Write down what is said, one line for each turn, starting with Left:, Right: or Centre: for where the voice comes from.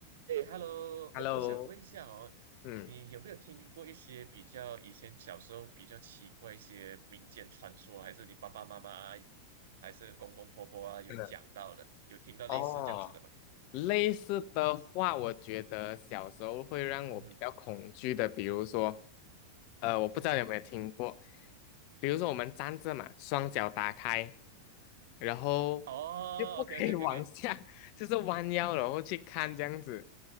Right: 哎，Hello，
Left: Hello，
Right: 哎，我想问一下哦，
Left: 嗯，
Right: 你有没有听过一些比较以前小时候比较奇怪一些民间传说啊，还是你爸爸妈妈啊，还是公公婆婆啊有讲到的，
Left: 真的，
Right: 有听到类似这样子的吗？
Left: 哦，类似的话，我觉得小时候会让我比较恐惧的，
Right: 嗯哼，
Left: 比如说，呃，我不知道你有没有听过，
Right: 嗯哼，
Left: 比如说我们站着嘛，双脚打开，然后
Right: 哦，OK，OK，OK，OK，
Left: 就不可以 <laughs> 往下，就是弯腰然后去看这样子